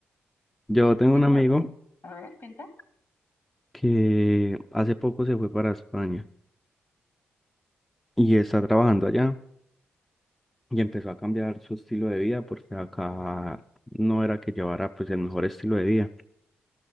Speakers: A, in the centre; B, on the left.
A: Yo
B: Y tú
A: tengo
B: tienes,
A: un amigo
B: la- a ver, cuenta.
A: que hace poco se fue para España y está trabajando allá y empezó a cambiar su estilo de vida porque acá no era que llevara pues el mejor estilo de vida.